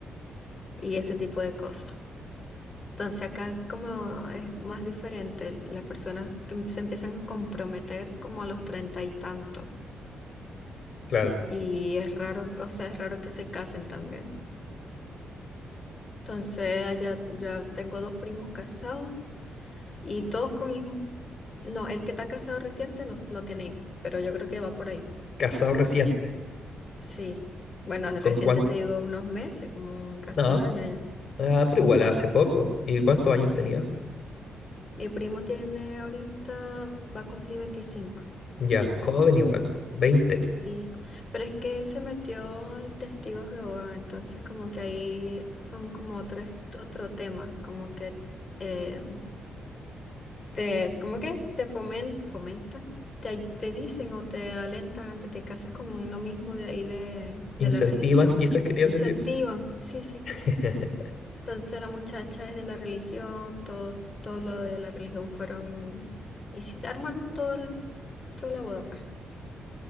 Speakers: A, on the left; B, on the left.
A: y ese tipo de cosas. Entonces acá como es más diferente, las personas que se empiezan a comprometer como a los treinta y tantos
B: Claro.
A: y es raro, o sea, es raro que se casen también. Entonces allá yo tengo dos primos casados y todos con hijos. No, el que está casado reciente no, no tiene hijos, pero yo creo que va por ahí.
B: Casado reciente.
A: Sí. Bueno, reciente
B: ¿Con cuánto?
A: te digo unos meses, como un- casi
B: No.
A: un año ya.
B: Ah, pero igual hace poco. ¿Y cuántos años
A: Sí.
B: tenía?
A: Mi primo tiene ahorita, va a cumplir 25.
B: Ya, joven igual, po. veinte.
A: Sí, pero es que él se metió al testigo de Jehová, entonces como que ahí son como otro, otro tema, como que eh, te, ¿cómo que? Te fomen- fomentan, te, ay- te dicen o te alentan a que te cases con uno mismo de ahí de, de
B: Incentivan,
A: la religión.
B: quizás querías
A: Incentivan,
B: decir.
A: sí, sí.
B: <laughs>
A: Entonces la muchacha es de la religión, todo, todo lo de la religión fueron, y se armaron todo el, toda la boda, pues.